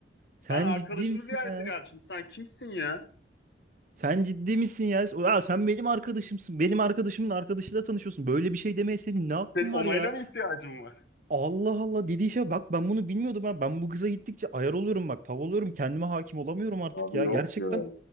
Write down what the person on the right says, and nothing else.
Sen
ciddi misin
ya?
Sen ciddi misin ya? Aa, sen benim arkadaşımsın. Benim arkadaşımın arkadaşıyla tanışıyorsun. Böyle bir şey demeye senin ne hakkın
var ya?
Allah Allah dediği şey bak ben bunu bilmiyordum ha. Ben bu kıza gittikçe ayar oluyorum bak. Tav oluyorum. Kendime hakim olamıyorum artık
ya.
Gerçekten